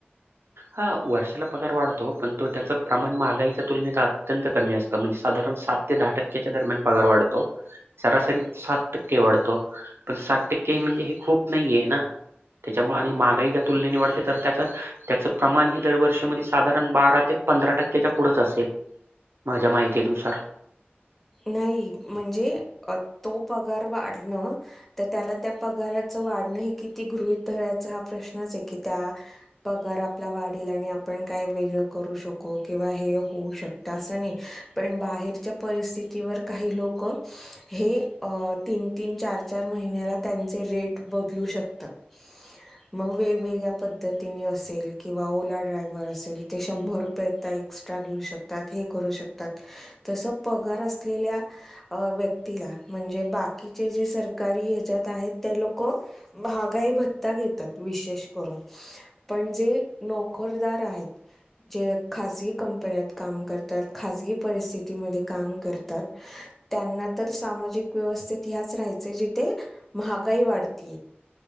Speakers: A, on the right; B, in the centre.
A: हां, वर्षाला पगार वाढतो, तो पण तो त्याचं प्रमाण महागईच्या तुलनेत अत्यंत कमी असतं म्हणजे साधारण सात ते दहा टक्क्याच्या. दरम्यान पगार वाढतो. सरासरी सात टक्के वाढतो पण सात टक्के म्हणजे हे खूप नाही आहे ना. त्याच्यामुळे आणि महागाई च्या तुलनेने वाढते तर त्याच त्याचं- प्रमाण हे दरवर्षी मध्ये साधारणं बारा ते पंधरा टक्क्याच्या पुढेच असेल. माझ्या माहितीनुसार.
B: नाही म्हणजे तो पगार वाढणं तर त्याला त्या पगाराच - वाढण किती गृहीत धरायचं हा प्रश्नच आहे की त्या पगार आपला वाढेल आणि आपण - काय वेगळ करू शकू किंवा हे होऊ शकत असं नाही पण बाहेरच्या परिस्थितीत. काही लोक हे तीन तीन चार चार महिन्याला त्यांचे रेट. बदलू शकतात. मग वेगवेगळ्या पद्धतीने असेल किंवा ओला ड्रायव्हर असेल ते शंभर रुपये. ्रा घेऊ शकतात करू शकत तस पगार असलेल्या व्यक्तीला म्हणजे बाकीचे जे सरकारी ह्याच्यात आहेत त्या लोक महागाई भत्ता घेतात विशेष करून पण जे नोकरदार आहे जे खाजगी कंपन्यात काम करतात खजगी परिथिती काम कर त्यांना तर सामाजिक व्यवस्थेत ह्याच राहायचे जिथे महागाई वाढते